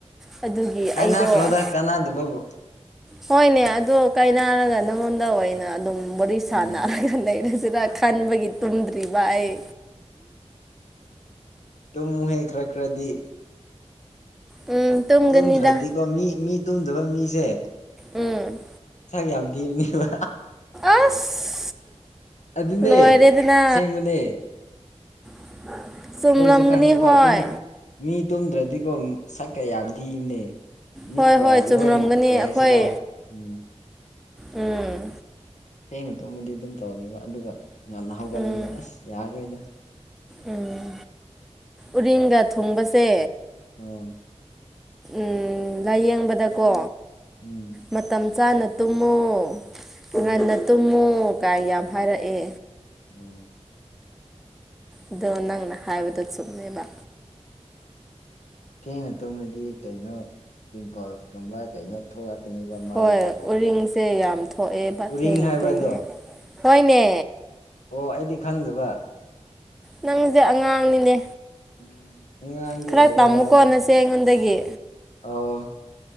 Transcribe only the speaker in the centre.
ꯑꯗꯨꯒꯤ ꯑꯩꯗꯣ
ꯑꯁ
ꯍꯣꯏꯅꯦ ꯑꯗꯨ ꯀꯥꯏꯅꯔꯒ ꯅꯪꯉꯣꯟꯗ ꯑꯣꯏꯅ ꯑꯗꯨꯝ ꯋꯥꯔꯤ ꯁꯥꯟꯅꯔꯒ
ꯂꯩꯔꯁꯤꯔ ꯈꯟꯕꯒꯤ ꯇꯨꯝꯗ꯭ꯔꯤꯕ ꯑꯩ
ꯎꯝ ꯇꯨꯝꯒꯅꯤꯗ
ꯎꯝ
ꯑꯁ
ꯂꯣꯏꯔꯦꯗꯅ
<unintelligible>
ꯍꯣꯏ
ꯍꯣꯏ ꯍꯣꯏ ꯆꯨꯝꯔꯝꯒꯅꯤ
ꯑꯩꯈꯣꯏ
ꯎꯝ
ꯎꯝ
ꯎꯝ ꯎꯔꯤꯡꯒ ꯊꯨꯡꯕꯁꯦ
ꯎꯝ ꯂꯥꯏꯌꯦꯡꯕꯗꯀꯣ
ꯃꯇꯝ ꯆꯥꯅ ꯇꯨꯝꯃꯨ
ꯉꯟꯅ ꯇꯨꯝꯃꯨ ꯀꯥꯏ ꯌꯥꯝ ꯍꯥꯏꯔꯛꯑꯦ
ꯑꯗꯣ ꯅꯪꯅ ꯍꯥꯏꯕꯗꯣ ꯆꯨꯝꯃꯦꯕ
ꯍꯣꯏ ꯎꯔꯤꯡꯁꯦ ꯌꯥꯝ ꯊꯣꯛꯑꯦꯕ
ꯊꯦꯡꯅ
ꯇꯨꯝꯕꯗ ꯍꯣꯏꯅꯦ
ꯅꯪꯖꯦ ꯑꯉꯥꯡꯅꯤꯅꯦ
ꯈꯔ
ꯇꯝꯃꯨꯀꯣ
ꯅꯆꯦ ꯑꯩꯉꯣꯟꯗꯒꯤ